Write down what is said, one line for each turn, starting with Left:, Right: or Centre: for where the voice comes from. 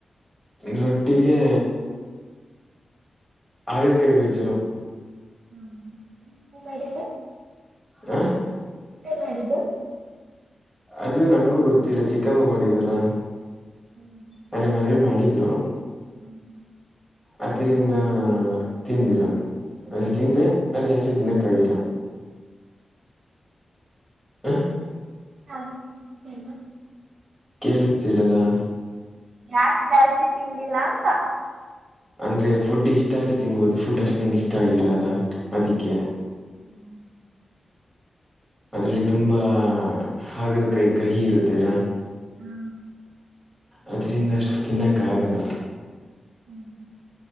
Centre: ರೊಟ್ಟಿಗೆ ಆಗ ಕೈಗೋ ಜ
Right: ಹ್ಮ್ ಮಾಡಿದ್ದ
Centre: ಹ
Right: ಏನ್ ಮಾಡಿದ್ದು
Centre: ಅದು ನಂಗೂ ಗೊತ್ತಿಲ್ಲ ಚಿಕ್ಕಮ್ಮ ಮಾಡಿದಲ್ಲ
Right: ಹ್ಞೂ
Centre: ಮನೆ ಮನೇಲಿ ಮಾಡಿದ್ರು
Right: ಹ್ಮ್
Centre: ಅದರಿಂದ ತಿಂದಿಲ್ಲ ಅಲ್ಲಿ ತಿಂದೆ ಅದು ಜಾಸ್ತಿ ದಿನಕ್ಕ ಆಗಿಲ್ಲ ಹಾಂ
Right: ಚತ
Centre: ಕೇಳಿಸ್ತಿಲಲ್ಲ
Right: ಜಾಸ್ ಜಾಸ್ತಿ ತಿಂಡಿಲ್ಲ ಅಂತ
Centre: ಅಂದ್ರೆ ಫುಡ್ ಇಷ್ಟಾರೆ ತಿನ್ಬೋದು ಫುಡ್ ಅಷ್ಟ ನಂಗೆ ಇಷ್ಟ ಆಗಿಲ್ಲ ಅಲ್ಲ ಅದಿಕ್ಕೆ
Right: ಹ್ಮ್
Centre: ಅದರಲ್ಲಿ ತುಂಬ ಹಾಗದ ಕೈ ಕಹಿ ಇರುತ್ತೆ ಅಲ್ಲ
Right: ಹ್ಮ
Centre: ಅದರಿಂದ ಅಷ್ಟು ತಿನ್ನಕ್ಕ ಆಗಲ್ಲ
Right: ಹ್ಮ್